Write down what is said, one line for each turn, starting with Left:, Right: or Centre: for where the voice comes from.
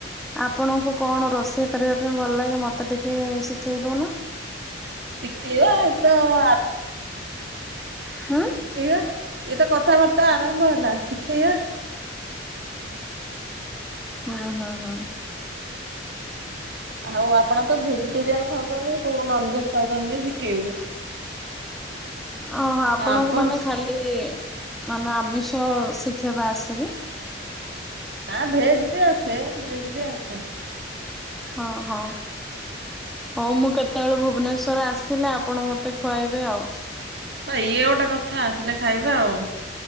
Centre: ଆପଣଙ୍କୁ କଣ ରୋଷେଇ କରିବା ପାଇଁ ଭଲ ଲାଗେ ମତେ ଟିକେ ଶିଖେଇ ଦଉ ନା
Right: ଶିଖେଇିବା ତ <unintelligible>
Centre: ହଁ
Right: ଶିଖେଇବା ଇଏ ତ କଥାବାର୍ତ୍ତା ଆରମ୍ଭ ହେଲା ଶିଖେଇବା
Centre: ହଁ ହଁ ହଁ
Right: ଆଉ ଆପଣ ତ ଭେଜିଟେରିଆନ ଖାଉଛନ୍ତି କଉ ନନ୍‌ଭେଜ ଖାଉଛନ୍ତି ଯେ ଶିଖେଇବୁ
Centre: ଓ ଆପଣଙ୍କୁ
Right: ଆପଣ
Centre: ମାନେ ଖାଲି ମାନେ ଆମିଷ ଶିଖେଇବା ଆସେ କି?
Right: ନା ଭେଜ୍‌ ବି ଆସେ ଭେଜ୍‌ ବି ଆସେ
Centre: ହଁ ହଁ ହଉ ମୁଁ କେତେବେଳେ ଭୁବନେଶ୍ୱର ଆସିଲେ ଆପଣ ମତେ ଖୁଆଇବେ ଆଉ
Right: ତ ଇଏ ଗୋଟେ କଥା ଆସିଲେ ଖାଇବେ ଆଉ